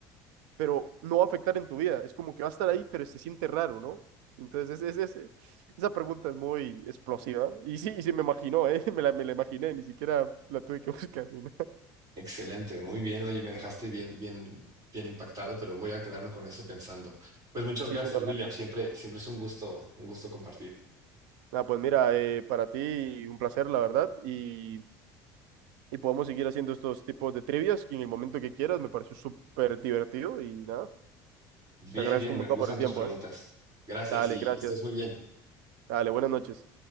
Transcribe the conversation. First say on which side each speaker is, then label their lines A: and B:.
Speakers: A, on the right; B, on the right.
A: pero no va a afectar en tu vida. Es como que va a estar ahí, pero se siente raro, ¿no? Entonces, es, es- es- esa pregunta es muy explosiva. Y sí, y sí me imaginó, ¿eh? <laughs> Me la, me la imaginé, ni siquiera la tuve que <laughs> buscar. ni nada.
B: Excelente, muy bien. Oye, me dejaste bien, bien, bien impactado, pero voy a quedarme con eso pensando. Pues muchas
A: Sí,
B: gracias,
A: sí, no,
B: William.
A: dale.
B: Siempre, siempre es un gusto, un gusto compartir.
A: Nada, pues mira, eh, para ti un placer, la verdad. Y, y podemos seguir haciendo estos tipos de trivias que en el momento que quieras me pareció súper divertido. Y nada,
B: Bien,
A: te agradezco
B: bien,
A: un
B: me
A: montón
B: gustan
A: por el
B: tus
A: tiempo,
B: preguntas.
A: ¿eh?
B: Gracias
A: Dale,
B: y
A: gracias.
B: que estés muy bien.
A: Dale, buenas noches.